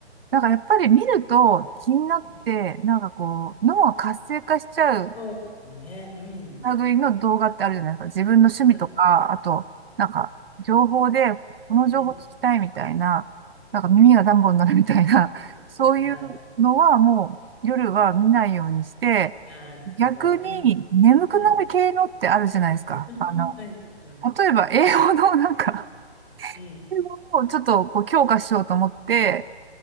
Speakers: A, on the right; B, on the left.
A: だからやっぱり見ると気になって、
B: うん。
A: なんかこう、脳が活性化しちゃう
B: そうですね。うん。
A: 類の動画ってあるじゃないですか。自分の趣味とか、
B: そう
A: あと、なんか、情報で、この情報聞きたいみたいな、
B: うん。
A: なんか耳がダンボになるみたいな、
B: はい。
A: そういうのはもう夜は見ないようにして、
B: はいはい。なるほど。
A: 逆に眠くなる系のってあるじゃないですか。
B: うん。うん。うん。
A: あの、
B: はいはいはい。
A: 例えば英語のなんか、
B: うん。うん。ああ。
A: 英語をちょっとこう強化しようと思って、